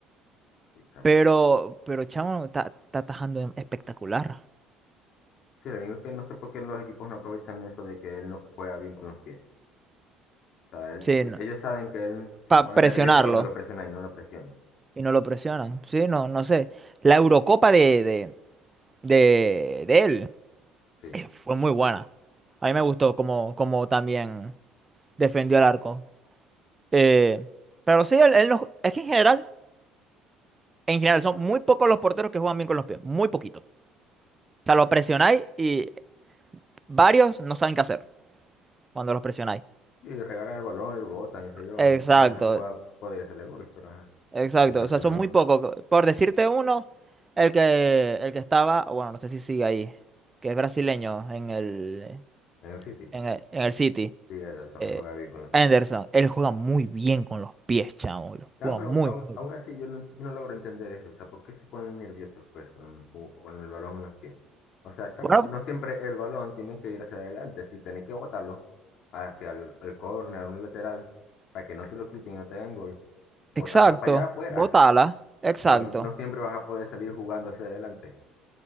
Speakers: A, on the left; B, on the right.
A: Sí, chamo.
B: Pero, pero chamo está, está atajando em- espectacular.
A: Sí, lo único es que no sé por qué los equipos no aprovechan eso de que él no juega bien con los pies. sea, él-
B: Sí,
A: e-
B: no,
A: ellos saben que él se
B: para
A: pone
B: presionarlo.
A: nervioso cuando lo presionan y no lo presionan.
B: Y no lo presionan. Sí, no, no sé. La Eurocopa de, de, de, de él
A: Sí.
B: eh, fue muy buena. A mí me gustó como, como también defendió el arco. Eh, pero sí, él, él no- es que en general, en general son muy pocos los porteros que juegan bien con los pies. Muy poquitos. O sea, lo presionáis y varios no saben qué hacer cuando los presionáis.
A: Y regalan el balón y lo botan, qué sé yo.
B: Exacto,
A: Una de esas jugadas podía hacerle gol, pero ajá.
B: exacto.
A: Y aún así
B: O sea,
A: no
B: son
A: lo
B: muy
A: pues,
B: pocos. Por decirte uno, el que, el que estaba, bueno, no sé si sigue ahí, que es brasileño en el,
A: En el City.
B: en el, en el City,
A: Sí, Ederson,
B: eh,
A: él juega bien con los pies.
B: Anderson. Él juega muy bien con los pies, chamo. lo
A: No,
B: Juega
A: pero
B: muy,
A: aún,
B: muy
A: aún
B: bien.
A: así yo no, ent- yo no logro entender eso. O sea, ¿por qué se ponen nerviosos pues con el, ju- con el balón en los pies? O sea, chamo,
B: Bueno,
A: no siempre el balón tiene que ir hacia adelante. Si tenés que botarlo hacia el, el córner, un lateral, para que no te lo quiten y no te hagan gol, botarla
B: exacto.
A: para allá afuera.
B: Botala. Exacto.
A: Exacto, No, no siempre vas a poder salir jugando hacia adelante.